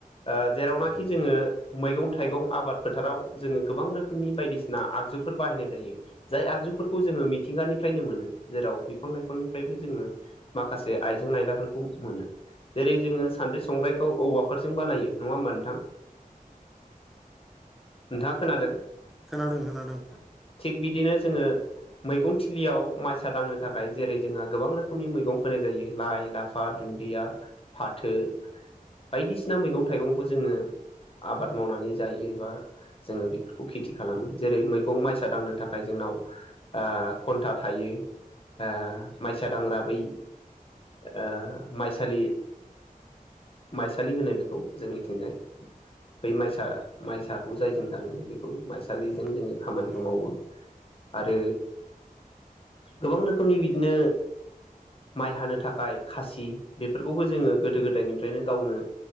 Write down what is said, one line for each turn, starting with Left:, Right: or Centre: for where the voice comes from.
Left: ओ जेरावनाखि
Centre: औ
Left: जोङो मैगं- थाइगं आबाद फोथाराव जोङो गोबां रोखोमनि बायदिसिना आगजुफोर बाहायनाय जायो। जाय आगजुफोरखौ जोङो मिथिंगानिफ्रायनो मोनो जेराव बिफां -लाइफांनिफ्रायबो जोङो माखासे आइजें- आइलाफोरखौ मोनो जेरै जोङो सान्द्रि, संग्रायखौ औवाफोरजों बानायो नङा होमबा नोंथां। नोंथाङा खोनादों
Centre: <inaudible> खोनादों खोनादों।
Left: थिग बिदिनो जोङो मैगं थिलियाव माइसा दांनो थाखाय जेरै जोंहा गोबां रोखोमनि मैगं फोनाय जायो। लाइ, लाफा, दुन्दिया, फाथो बायदिसिना मैगं-थाइगंखौ जोङो आबाद मावनानै जायो एबा जोङो बेफोरखौ खेथि खालामो जेरै मैगं माइसा दांनो थाखाय जोंनाव ओ खन्था थायो। ओ माइसा दांग्रा बै ओ माइसालि माइसालि होनो बेखौ जोंनिथिंजाय। बै माइसा माइसाखौ जायजों दाङो बेखौ माइसालिजों
Centre: उम
Left: जोङो खामानिखौ
Centre: नंगौ
Left: मावो। आरो गोबां रोखोमनि बिदिनो माइ हानो थाखाय खासि बेफोरखौबो जोङो गोदो गोदायनिफ्रायनो गावनो